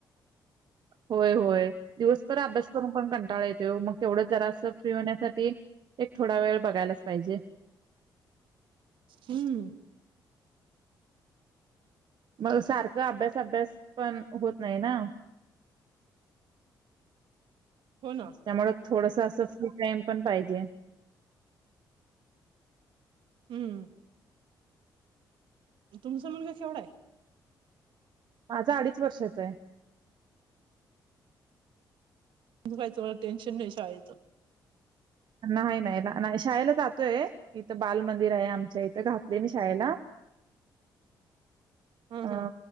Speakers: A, on the right (about 60°); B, on the right (about 80°).
A: होय
B: हम्म
A: होय दिवसभर अभ्यास करून पण कंटाळा येतो मग तेवढंच जरास फ्री होण्यासाठी एक थोडा वेळ बघायलाच पाहिजे.
B: हम्म
A: मग सारखं अभ्यास अभ्यास पण होत नाही ना
B: हो ना
A: त्यामुळं थोडस असं फ्री टाइम पण पाहिजे.
B: हम्म तुमचा मुलगा केवढा आहे?
A: माझा अडीच वर्षाचा आहे.
B: तुम्हाला टेन्शन नाही शाळेच.
A: नाही नाही नाही शाळेला जातोय इथं बाल मंदिर आहे आमच्या इथे घातलेय मी शाळेला
B: हं,
A: ह
B: हं.